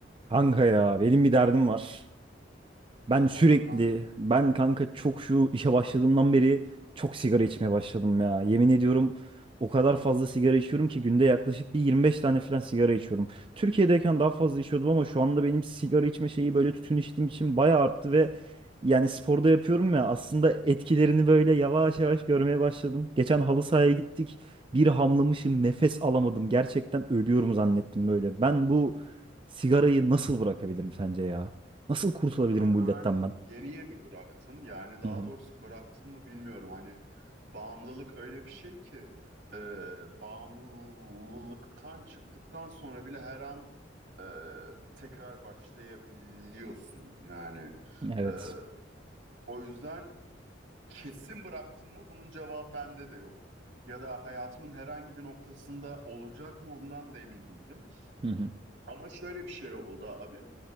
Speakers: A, on the right; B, on the right.
A: Kanka ya benim bir derdim var. Ben sürekli,
B: Ne oldu kanka?
A: ben kanka çok şu işe başladığımdan beri çok sigara içmeye başladım ya. Yemin ediyorum o kadar fazla sigara içiyorum ki günde yaklaşık bir 25 tane falan sigara içiyorum. Türkiye'deyken daha fazla içiyordum ama şu anda benim sigara içme şeyi böyle tütün içtiğim için bayağı arttı ve yani sporda yapıyorum ya aslında etkilerini böyle yavaş yavaş görmeye başladım. Geçen halı sahaya gittik. Bir hamlamışım, nefes alamadım. Gerçekten ölüyorum zannettim böyle. Ben bu sigarayı nasıl bırakabilirim sence Nasıl kurtulabilirim
B: Kanka
A: bu illetten
B: ben
A: ben?
B: yeni yeni bıraktım. Yani daha
A: Hı hı.
B: doğrusu bıraktım mı bilmiyorum. Hani bağımlılık öyle bir şey ki e, bağımlılıktan çıktıktan sonra bile her an e, tekrar başlayabiliyorsun. Yani
A: Evet.
B: e, o yüzden kesin bıraktım mı bunun cevabı bende de yok. Ya da hayatımın herhangi bir noktasında olacak mı ondan da emin değilim.
A: Hı hı.
B: Ama şöyle bir şey oldu abi.